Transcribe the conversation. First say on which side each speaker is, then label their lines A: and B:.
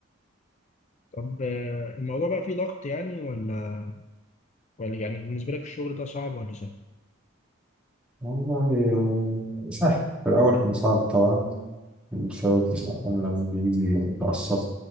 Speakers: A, on the left; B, in the centre.
A: طب آه، الموضوع بقى فيه ضغط يعني ولا ولا يعني بالنسبة لك الشغل ده صعب ولا سهل؟
B: والله آه، سهل في الأول كان صعب طبعا بسبب الزحام لما بيجي متعصب